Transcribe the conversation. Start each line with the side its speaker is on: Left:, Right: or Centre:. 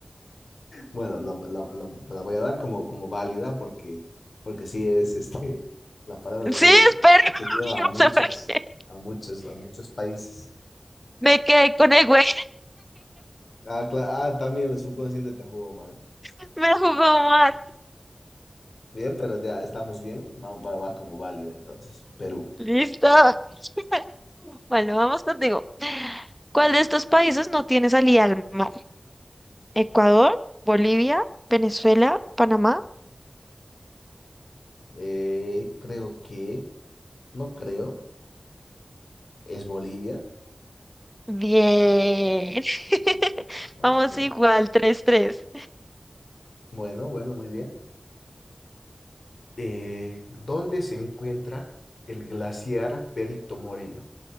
Left: Bueno, la, la- la- la voy a dar como, como válida porque, porque sí es este, la palabra
Centre: Sí,
Left: ruina
Centre: es Perú. <laughs>
Left: que lleva a
Centre: No
Left: muchos,
Centre: sé por qué.
Left: a muchos, a muchos países.
Centre: Me quedé con el güey,
Left: Ah, cla- ah, también el subconsciente te jugó mal.
Centre: <laughs> me jugó mal.
Left: Bien, pero ya estamos bien, va, va, va como válida entonces. Perú.
Centre: Listo. <laughs> Bueno, vamos contigo. ¿Cuál de estos países no tiene salida al mar? Ecuador, Bolivia, Venezuela, Panamá.
Left: Eh, creo que, no creo, es Bolivia.
Centre: Bien. <laughs>
Left: Ok.
Centre: Vamos igual, tres tres
Left: Bueno, bueno, muy bien. Eh, ¿dónde se encuentra el glaciar Perito Moreno?